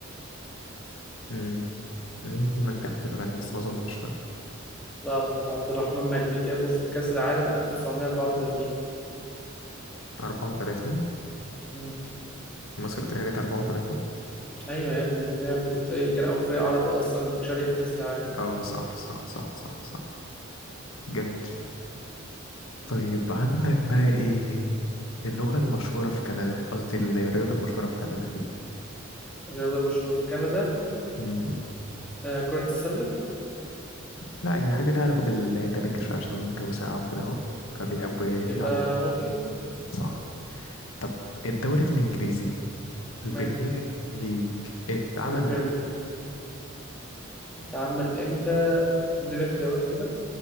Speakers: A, on the left (about 85°); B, in the centre.
A: مم. ممكن مجدي عبد الغني بس ما اظنش لا
B: لا غلط عبد الرحمن مجدي جابه في كأس العالم 1934
A: 34
B: مم.
A: مصر تقريبا 34
B: أيوة يا ابني لعبة كان أول فريق عربي أصلا شارك في كأس العالم
A: اه صح صح صح صح صح جميل طيب عندك بقى ايه اللغة
B: مم.
A: المشهورة في كندا قصدي الرياضة المشهورة في كندا
B: الرياضة المشهورة في كندا
A: مم.
B: آه كرة السلة
A: لا أي حاجة ليها علاقة بالتلج شوية عشان الجو ساقع وكده أهو فبيحبوا يلعبوها
B: يبقى هوكي
A: صح طب الدوري الإنجليزي البريمير
B: ماله
A: ليج اتعمل
B: بريمير
A: إمتى؟
B: ليج اتعمل امتى اديني اختيارات كده